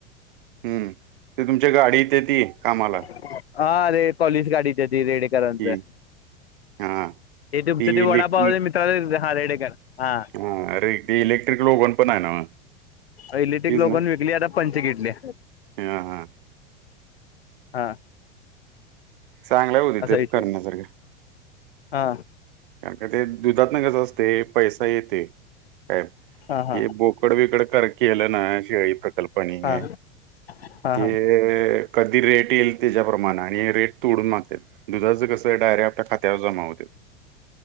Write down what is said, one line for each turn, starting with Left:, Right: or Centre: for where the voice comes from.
Right: हम्म, ते तुमच्या गाडीत येती कामाला.
Left: हा अरे पॉलीस गाडीच त रेड चं
Right: की हां
Left: हे तुमच
Right: ती
Left: ते
Right: इलेक्
Left: वडापावा मित्रा ह रेडेकर हा
Right: हा अरे ते इलेक्ट्रिक ओवन पण आहे ना
Left: इलेक्टिक
Right: तीच
Left: ओगन
Right: ना
Left: विकली आता पंचकिटले <unintelligible> <unintelligible>
Right: हां हां
Left: हा
Right: चांगल्या होईल
Left: असा
Right: तेप
Left: विषय
Right: करनासारखं <unintelligible>
Left: हा
Right: कारण का ते दुधात न कस असते पैसा येते काय
Left: हा हा
Right: हे बोकड बिकड कर केलं ना शेळी <unintelligible> प्रकल्पानी
Left: हा
Right: <unintelligible>
Left: हा हा
Right: ते <unintelligible> कधी रेट येईल त्याच्याप्रमाणे आणि रेट तोडून मागते ते दुधाचं कसं आहे डायरेक्ट आपल्या खात्यावर जमा होते